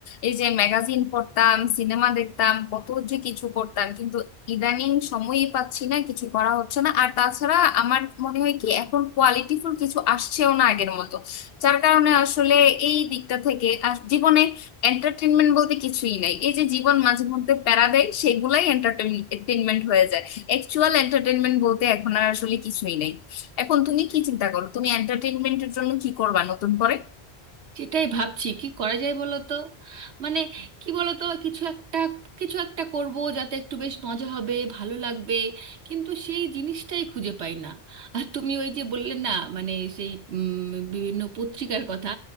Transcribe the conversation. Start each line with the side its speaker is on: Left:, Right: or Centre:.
Left: এই যে ম্যাগাজিন পড়তাম সিনেমা দেখতাম কত যে কিছু করতাম কিন্তু ইদানিং সময়ই পাচ্ছি না কিছু করা হচ্ছে না আর তাছাড়া আমার মনে হয় কি এখন কোয়ালিটিফুল কিছু আসছেও না আগের মতো যার কারণে আসলে এই দিকটা থেকে আর জীবনে এন্টারটেনমেন্ট বলতে কিছুই নাই এই যে জীবন মাঝে মধ্যে প্যারা দেয় সেগুলাই এন্টারটেনমেন্ট হয়ে যায় অ্যাকচুয়াল এন্টারটেনমেন্ট বলতে এখন আর আসলে কিছুই নেই এখন তুমি কি চিন্তা করো তুমি এন্টারটেইনমেন্টের জন্য কি করবা নতুন করে
Right: সেটাই ভাবছি কি করা যায় বলো তো মানে কি বলো তো কিছু একটা কিছু একটা করব যাতে একটু বেশ মজা হবে ভালো লাগবে কিন্তু সেই জিনিসটাই খুঁজে পাই না আর তুমি ওই যে বললে না মানে সেই উম, বিভিন্ন পত্রিকার কথা